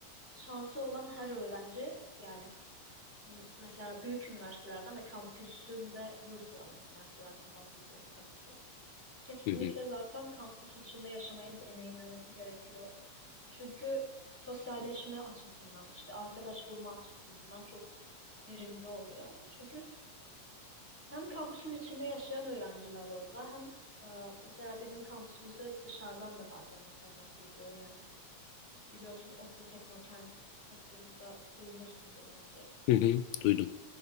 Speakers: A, in the centre; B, on the left.
A: şansı olan her öğrenci yani m- mesela büyük üniversitelerden ve kampüsünde yurt olan üniversitelerden bahsediyorum tabii ki. Kesinlikle
B: Hı hı.
A: zaten kampüs içinde yaşamayı deneyimlemesi gerekiyor. Çünkü sosyalleşme açısından işte arkadaş bulma açısından çok verimli oluyor. Çünkü hem kampüsün içinde yaşayan öğrenciler orada hem e, mesela bizim kampüsümüze dışarıdan da bazen insanlar giriyor yani. Biliyorsun ODTÜ Teknokent hakkında duymuşsundur bence.
B: Hı hı. Duydum.